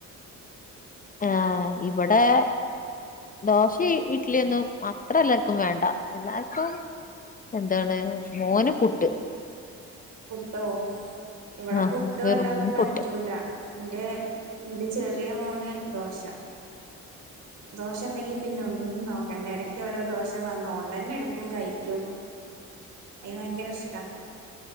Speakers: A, on the left; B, on the right.
A: ആ ഇവിടെ ദോഷിം ഇഡലിയൊന്നും അത്ര എല്ലർക്കും വേണ്ട എല്ലർക്കും എന്താണ് മോൻ പുട്ട്
B: പുട്ടോ ഇവിടെ
A: ആഹ്
B: പുട്ട്
A: വെറും
B: വല്ലാതെ പറ്റൂല
A: പുട്ട്
B: എന്റെ എന്റെ ചെറിയ മോന് ദോശ ദോശ ഉണ്ടെങ്കി പിന്നെ ഒന്നും നോ കണ്ട ഇടക്ക് ഓരോ ദോശ വന്ന് ഓൻ തന്നെ എടുക്കും കഴിക്കും അയിൻ ഭയങ്കര ഇഷ്ടാ